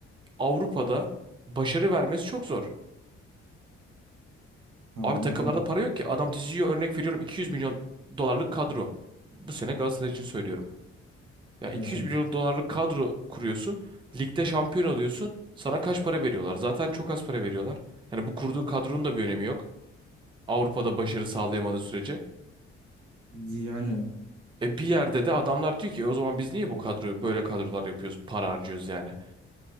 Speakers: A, on the right (about 15°); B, on the right (about 75°).
A: Avrupa'da başarı vermesi çok zor.
B: Tamam.
A: Abi takımlarda
B: Am-
A: para yok ki. Adam diziyor örnek veriyorum 200 milyon dolarlık kadro. Bu sene Galatasaray için söylüyorum. Ya 200
B: evet.
A: milyon dolarlık kadro kuruyorsun. Ligde şampiyon oluyorsun. Sana kaç para veriyorlar? Zaten çok az para veriyorlar. Yani bu kurduğu kadronun da bir önemi yok. Avrupa'da başarı sağlayamadığı sürece.
B: Yani
A: E bir yerde de adamlar diyor ki "E o zaman biz niye bu kadro böyle kadrolar yapıyoruz, para harcıyoruz yani.